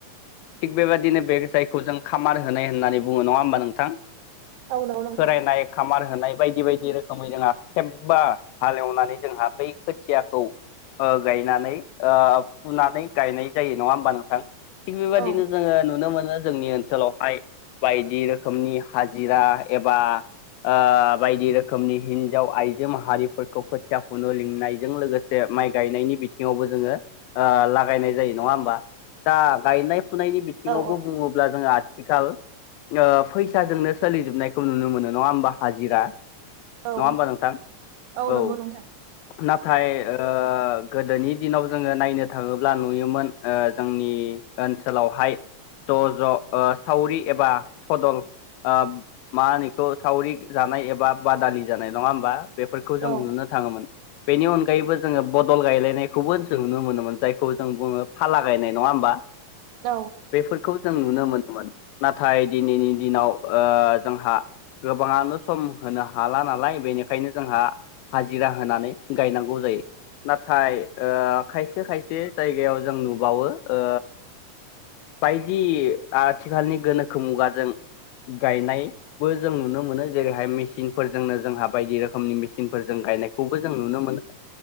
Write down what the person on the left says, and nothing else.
थिग बेबायदिनो बे जायखौ जों खामार होनाय होननानै बुङो नङा होमबा नों थां
खोरायनाय खामार होनाय बायदि बायदि रोखोमै जोंहा खेबबा हालेवनानै जोंहा बै खोथियाखौ ओ गायनानै ओ फुनानै गायनाय जायो नङा होम बा नोंथां थिग बेबायदिनो
जोङो नुनो मोनो जोंनि ओनसोलावहाय बायदि रोखोमनि हाजिरा एबा ओ बायदि रोखोमनि हिनजाव आइजो माहारि फोरखौ खोथिया फुनो लिंनायजों लोगोसे माइ गायनायनि बिथिङावबो जोङो ओ लागायनाय जायो नङा होमबा दा गायनाय फुनायनि बिथिङावबो
बुङोब्ला जोङो आ आथिखाल ओ फैसाजोंनो सोलिजोबनायखौ नुनो मोनो नङा होमबा हाजिरा
नङा होमबा नोंथां औ
नाथाय ओ गोदोनि दिनाव जोङो नायनो थाङोब्ला नुयोमोन ओ जोंनि ओनसोलावहाय ज' ज' ओ सावरि एबा फदल ओ मा होनोखौ सावरि जानाय एबा बादालि जानाय नङा होमबा बेफोरखौ
जों नुनो थाङोमोन बेनि अनगायैबो जोङो बदल गायलायनायखौबो जों नुनो मोनोमोन जायखौ जों बुङो फाला गायनाय नङा होमबा
बेफोरखौ जों नुनो मोनोमोन नाथाय दिनैनि दिनाव ओ जोंहा गोबाङानो सम होनो हाला नालाय बेनिखायनो जोंहा हाजिरा होनानै गायनांगौ जाय जयो नाथाय ओ खायसे खायसे जायगायाव जों नु बावो ओ बायदि आथिखालनि गोनोखो मुगाजों गायनायबो जों नुनो मोनो जेरैहाय मेसिनफोरजोंनो जोंहा बायदि रोख रोखोम नि मेसिनफोरजों गायनायखौबो जों नुनो मोनो